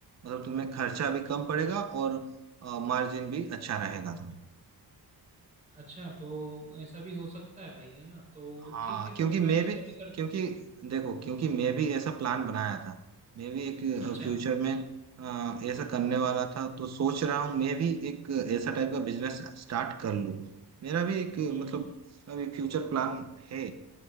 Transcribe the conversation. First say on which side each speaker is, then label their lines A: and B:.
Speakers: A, on the right; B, on the right.
A: मतलब तुम्हें खर्चा भी कम
B: अच्छा
A: पड़ेगा और मार्जिन भी अच्छा रहेगा तुम्हें
B: अच्छा तो ऐसा भी हो सकता है भाई है ना तो
A: हाँ
B: ठीक है
A: क्योंकि
B: तो
A: मैं
B: मैं ऐसा
A: भी
B: भी कर
A: क्योंकि देखो क्योंकि मैं भी ऐसा प्लान बनाया था मैं भी एक
B: अच्छा
A: फ्यूचर में अ, ऐसा करने वाला था तो सोच रहा हूँ मैं भी एक ऐसा टाइप का बिजनेस स्टार्ट कर लूँ मेरा भी एक
B: हम्म
A: मतलब अभी फ्यूचर प्लान है